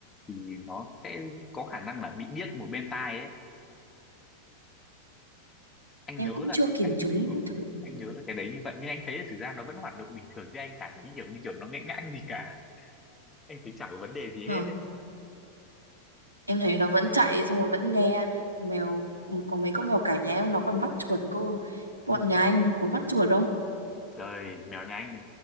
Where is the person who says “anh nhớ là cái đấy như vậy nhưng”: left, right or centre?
Left